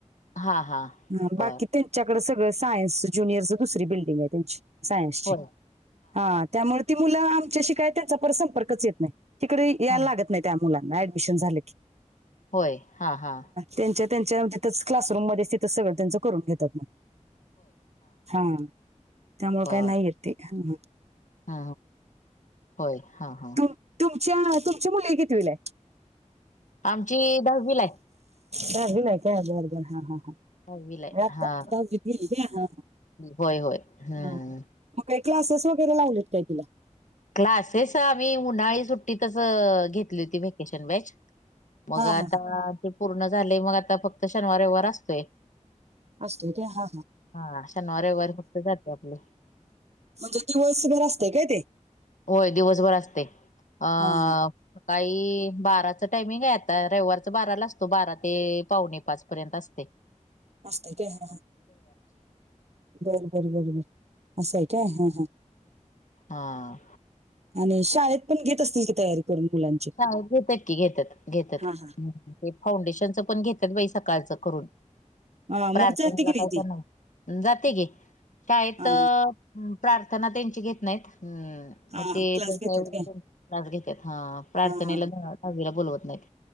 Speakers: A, on the left; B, on the right.
A: हा, हा.
B: हा
A: बर
B: बाकी त्येच्याकड त्यांच्याकड सगळं सायन्स जुनियरच दुसरी बिल्डिंग आहे त्यांची सायन्सची,
A: होय.
B: हा त्यामुळे ती मुलं आमच्याशी काय त्यांचा पर संंपर्कच येत नाही तिकडे, याय
A: हा.
B: लागत नाही त्या मुलांना ऍडमिशन झाल की
A: होय हा, हा.
B: त्यांच्या, त्यांच्या तिथंच क्लासरूममध्ये तिथंच सगळं त्यांच करून घेतात मग. हा, त्यामुळे
A: बर
B: काय नाही येत ते. हा, हा.
A: हा, होय हा, हा.
B: तुमच्या, तुमची मुलगी कितवीला हाय?
A: आमची दहावीला हाय.
B: दहावीला हाय काय. बर, बर, हा, हा, हा.
A: दहावीला आहे
B: होय आता,
A: हा
B: दहावीत गेली काय हा,
A: होय होय हम्म
B: हा, हा. मग काय क्लासेस वगैरे लावलेत काय तिला?
A: क्लासेस आम्ही उन्हाळी सुट्टीतच घेतली होती, व्हॅकेशन बॅच मग
B: हा हा
A: आता,
B: हा.
A: ते पूर्ण झालय मग आता फक्त शनिवार, रविवार असतोय.
B: असतोय काय हा
A: हा शनिवार, रविवारी फक्त जात्या आपल.
B: म्हणजे दिवस भर असतय काय ते?
A: होय दिवसभर असतय. अ
B: हा
A: काही बाराच टायमिंग हाय. आता रविवारच बाराला असतो बारा ते पावणे -पाच पर्यंत असतय. <unintelligible>
B: असतय काय ना, बरोबर, बरोबर. असं हाय काय हा, हा.
A: हा
B: आणि शाळेत पण घेत असतील की तयारी करून मुलांची?
A: हो पट्टी घेत्यात, घेत्यात.
B: हा हा
A: ते फाउंडेशनचं पण घेत्यात बाई सकाळचं करून.
B: हा, मग
A: पार्थनेला
B: जाते की नाही
A: काय
B: ती
A: करणार. जाते कि शाळेत
B: हा
A: ह् प्रार्थना त्यांची घेत नाहीत,, हम्म.
B: हा
A: मग
B: हा
A: ते
B: क्लास
A: त्याच्या
B: घेतात काय
A: भाग घेत्यात,, हा प्रार्थनेला
B: हा हा
A: दहावीला बोलवत नाहीत.